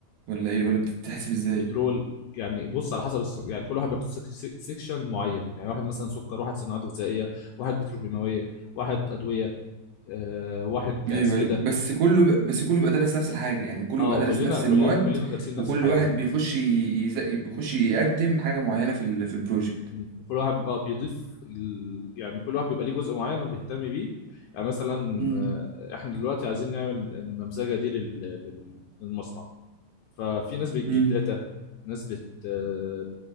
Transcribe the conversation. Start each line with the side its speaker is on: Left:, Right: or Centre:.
Right: ولا ايه ولا بتتحسب ازاي
Left: بترول يعني بص على حسب الس- يعني كل واحد بياخد سيك- سيك- سيكشن معين يعني واحد مثلا سكر واحد صناعات غذائيه واحد بتروكيماويه واحد ادويه آه، واحد
Right: ايوه
Left: اسمده
Right: ايوه بس كله ب... بس كله بيبقى دارس نفس الحاجه يعني كله
Left: اه
Right: بيبقى دارس
Left: كلنا
Right: نفس
Left: كلنا
Right: المواد
Left: كلنا دارسين نفس
Right: وكل
Left: الحاجه
Right: واحد بيخش ي- يز... بيخش يقدم حاجه معينه في ال... في البروجكت
Left: مم. كل واحد اه بيضيف ال... يعني كل واحد بيبقى ليه جزء معين وبيهتم بيه يعني مثلا
Right: امم
Left: آه، احنا دلوقتي عايزين نعمل النمذجه دي لل... لل... للمصنع ففي ناس بتجيب
Right: امم
Left: داتا ناس بت آه،